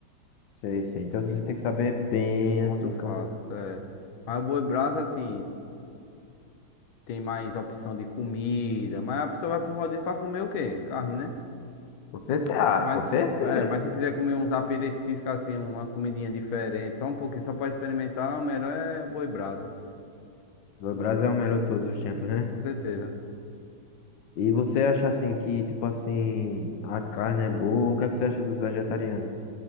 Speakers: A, on the left; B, on the left.
A: Sei, sei. Então
B: cem
A: você tem que saber bem,
B: Enquanto
A: assim,
B: eu faço,
A: como...
B: é. Mas o boi brasa, assim, tem mais opção de comida. Mas a pessoa vai pra um rodízio pra comer o quê? Carne, né?
A: Com certeza,
B: Mas,
A: ah, com certeza.
B: é, mas se quiser comer uns aperitivos, assim, umas comidinhas diferentes, só um pouquinho, só pra experimentar, o melhor é boi brasa.
A: O
B: Boi
A: Brasil
B: brasa,
A: é o melhor de todos os tempos, né?
B: com certeza.
A: E você acha, assim, que, tipo assim, a carne é boa? O que é que você acha dos vegetarianos?